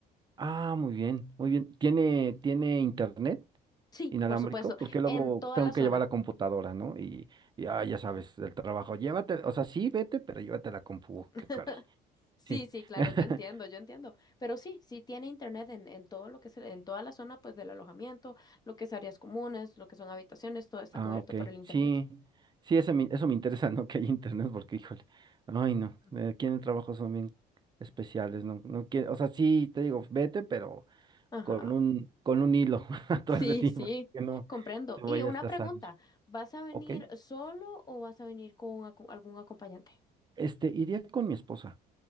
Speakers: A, on the right (about 25°); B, on the left (about 25°).
A: Ah, muy bien, muy bien. ¿Tiene, tiene internet
B: Sí,
A: inalámbrico?
B: por supuesto,
A: Porque luego
B: en toda
A: pues, tengo
B: la zona.
A: que llevar la computadora, ¿no? Y, y, ah, ya sabes, el trabajo. Llévate, o sea, sí, vete, pero llévate la compu.
B: <laughs>
A: Qué caray.
B: Sí,
A: Sí.
B: sí, claro,
A: <laughs>
B: yo entiendo, yo entiendo. Pero sí, sí tiene internet en, en todo lo que es, el- en toda la zona pues del alojamiento, lo que es áreas comunes, lo que son habitaciones, todo está
A: Ah,
B: cubierto
A: ok.
B: por el internet.
A: Sí, sí, eso me, eso me interesa, ¿no? <laughs> Que haya internet, porque, híjole. Ay, no.
B: Ujú.
A: eh, Aquí en el trabajo son bien especiales, ¿no? No quiero, o sea, sí, te digo, vete, pero
B: Ajá.
A: con un, con un hilo <laughs> atrás
B: Sí,
A: de ti,
B: sí,
A: para que no
B: comprendo.
A: te vayas
B: Y una
A: a
B: pregunta,
A: salir.
B: ¿vas a venir
A: Ok,
B: solo o vas a venir con aco- algún acompañante?
A: este, iría con mi esposa.